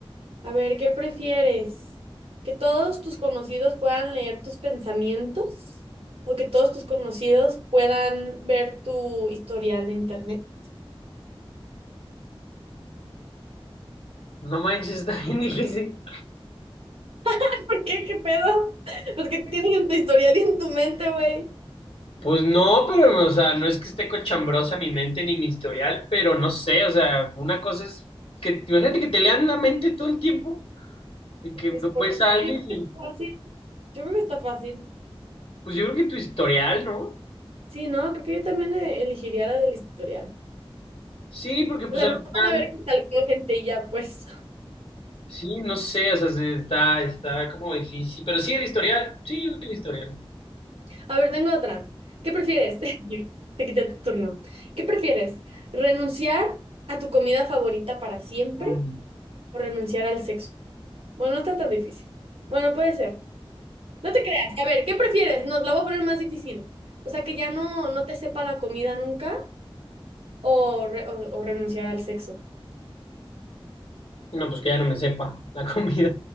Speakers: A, on the right; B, on the left.
A: A ver, ¿qué prefieres? ¿Que todos tus conocidos puedan leer tus pensamientos? ¿O que todos tus conocidos puedan ver tu historial de internet?
B: No manches, <laughs> está bien difícil.
A: <laughs> ¿Por qué? ¿Qué pedo? Pues qué tienes en tu historial y en tu mente, güey.
B: Pues no, pero, o sea, no es que esté cochambrosa mi mente ni mi historial, pero no sé, o sea, una cosa es que, imagínate que te lean la mente todo el tiempo, y que
A: Pues
B: no
A: por
B: ves
A: eso
B: a alguien
A: yo creo
B: y,
A: que está fácil. Yo creo que está fácil.
B: pues yo creo que tu historial, ¿no?
A: Sí, no, creo que yo también eh, elegiría la del historial.
B: Sí, porque pues
A: O sea,
B: al
A: no van
B: final,
A: a ver que tal gente y ya, pues. <laughs>
B: sí, no sé, o sea, se- está, está como difícil, pero sí el historial, sí, yo creo que el historial.
A: A ver, tengo otra. ¿Qué prefieres? <laughs> Te quité tu turno. ¿Qué prefieres? ¿Renunciar a tu comida favorita para siempre
B: Mm.
A: o renunciar al sexo? Bueno, no está tan difícil. Bueno, puede ser. No te creas. A ver, ¿qué prefieres? Nos la voy a poner más difícil. O sea, que ya no, no te sepa la comida nunca o, re- o- o renunciar al sexo.
B: No, pues que ya no me sepa la <laughs> comida.